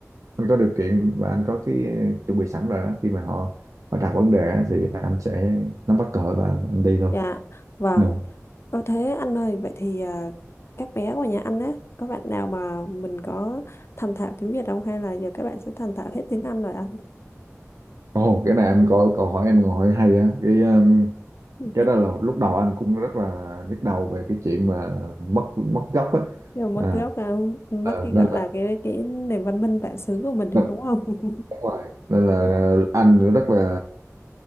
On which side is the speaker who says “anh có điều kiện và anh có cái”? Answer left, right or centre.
Right